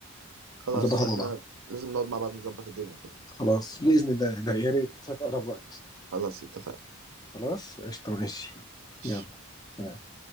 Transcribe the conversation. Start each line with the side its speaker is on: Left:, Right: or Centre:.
Right: خلاص
Left: ونظبطها
Right: احنا
Left: مع بعض
Right: لازم نقعد مع بعض نظبط الدنيا كده
Left: خلاص بإذن الله لا يا ريت في أقرب وقت
Right: خلاص اتفقنا
Left: خلاص قشطة ماشي
Right: ماشي.
Left: يلا سلام